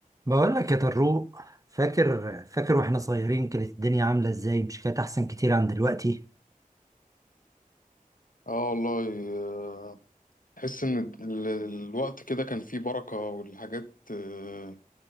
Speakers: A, on the right; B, on the left.
A: بقول لك يا طروق فاكر فاكر واحنا صغيرين كانت الدنيا عاملة ازاي مش كانت احسن كتير عن دلوقتي
B: اه والله آه، تحس ان ال- الوقت كده كان فيه بركة والحاجات آه،